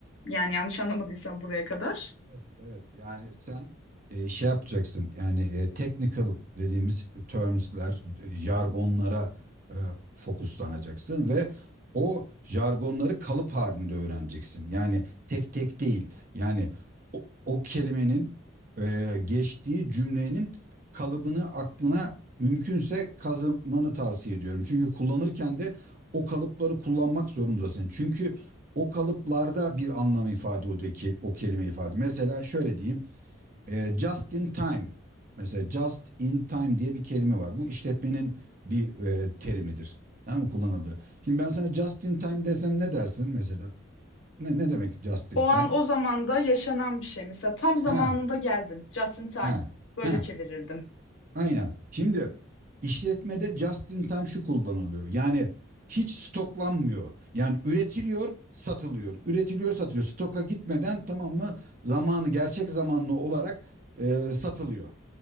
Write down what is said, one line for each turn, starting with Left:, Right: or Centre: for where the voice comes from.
Left: Yani yanlış anlamadıysam buraya kadar.
Right: Evet, evet. Yani sen e, şey yapacaksın. Yani e, technical dediğimiz terms'ler, e, jargonlara e, fokuslanacaksın ve o jargonları kalıp halinde öğreneceksin. Yani tek tek değil. Yani o, o kelimenin e, geçtiği cümlenin kalıbını aklına mümkünse kazımanı tavsiye ediyorum. Çünkü kullanırken de o kalıpları kullanmak zorundasın. Çünkü o kalıplarda bir anlam ifade o, da, ke- o kelime ifade. Mesela şöyle diyeyim. e, just in time. Mesela just in time diye bir kelime var. Bu işletmenin bir e, terimidir. Tamam mı? Kullanıldı. Şimdi ben sana just in time desem ne dersin mesela? Ne, ne demek just in
Left: O
Right: time?
Left: an o zamanda yaşanan bir şey. Mesela tam zamanında
Right: Ha,
Left: geldin. Just in time.
Right: ha,
Left: Böyle
Right: ha.
Left: çevirirdim.
Right: Aynen. Şimdi işletmede just in time şu kullanılıyor. Yani hiç stoklanmıyor. Yani üretiliyor, satılıyor. Üretiliyor, satılıyor. Stoka gitmeden tamam mı zamanı gerçek zamanlı olarak e, satılıyor.